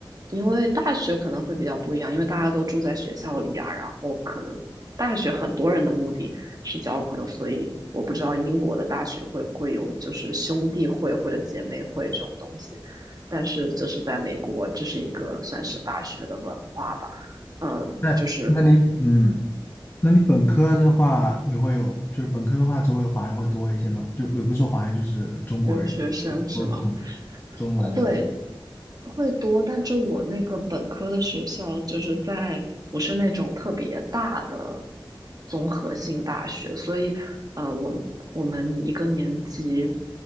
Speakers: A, on the right; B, on the left.
A: 因为大学可能会比较不一样，因为大家都住在学校里啊，然后可能大学很多人的目的是交朋友，所以我不知道英国的大学会不会有就是兄弟会或者姐妹会这种东西，但是这是在美国，这是一个算是大学的文化吧。嗯，
B: 那那你嗯，
A: 就是
B: 那你本科的话，你会有就是本科的话，周围华人会多一些吗？就也不是说华人，就是中国人，
A: 留学生是吗？
B: 就说中中文的，
A: 会
B: 对。
A: 会多，但是我那个本科的学校就是在不是那种特别大的综合性大学，所以呃，我们我们一个年级